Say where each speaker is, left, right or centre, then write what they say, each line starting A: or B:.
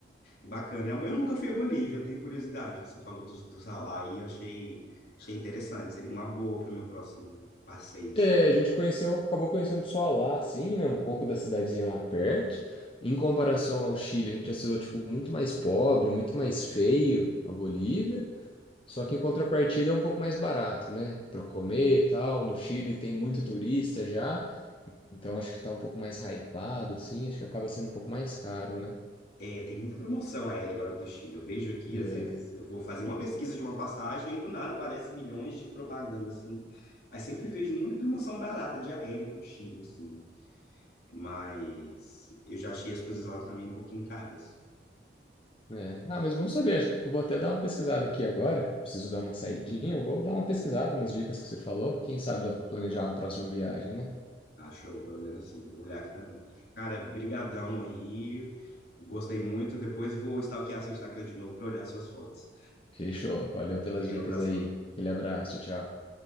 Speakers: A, on the left; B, on the left.
A: Bacana. Eu nunca fui à Bolívia, eu tenho curiosidade. Você falou do, do Salar e achei, achei interessante. Seria uma boa para o meu próximo passeio, assim.
B: É, a gente conheceu, acabou conhecendo só lá, assim, né? Um pouco da cidadezinha lá perto. Em comparação ao Chile, a gente achou, tipo, muito mais pobre, muito mais feio a Bolívia. Só que em contrapartida é um pouco mais barato, né? Pra comer e tal. No Chile tem muito turista já, então acho que tá um pouco mais hypado, assim. Acho que acaba sendo um pouco mais caro, né?
A: É, tem muita promoção aérea agora para o Chile. Eu vejo aqui,
B: É,
A: às vezes, eu vou fazer uma pesquisa de uma passagem e do nada aparece milhões de propaganda, assim. Aí sempre vejo muita promoção barata de aéreo para o Chile, assim. Mas eu já achei as coisas lá também um pouquinho caras.
B: é. Ah, mas vamos saber. Acho que eu vou até dar uma pesquisada aqui agora. Preciso dar uma saidinha. eu Vou dar uma pesquisada, umas dicas que você falou. Quem sabe dá pra planejar uma próxima viagem, né?
A: Achou, vai olhando assim, vou olhar aqui também. Cara, brigadão aí. Gostei muito. Depois vou stalkear seu Instagram de novo para olhar suas fotos.
B: Fechou. Valeu pelas
A: Valeu,
B: dicas
A: abração.
B: aí. Aquele abraço. Tchau, tchau.